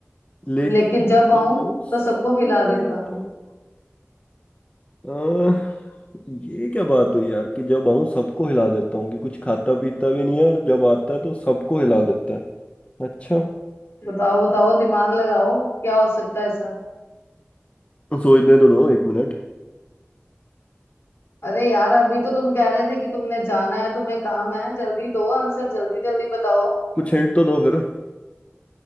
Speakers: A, on the left; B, on the left.
A: लेकिन
B: लेकिन जब आऊं
A: जब आऊँ सबको
B: तो सबको हिला
A: हिला
B: देता
A: देता
B: हूँ
A: हूँ अह, ये क्या बात हुई यार कि जब आऊँ सबको हिला देता हूँ कि कुछ खाता पीता भी नहीं है और जब आता है तो सबको हिला देता है अच्छा
B: बताओ बताओ दिमाग लगाओ क्या हो सकता है ऐसा
A: सोचने तो दो एक मिनट
B: अरे यार अभी तो तुम कह रहे थे कि तुमने जाना है तुम्हें काम है जल्दी दो आंसर जल्दी जल्दी बताओ
A: कुछ हिंट तो दो फिर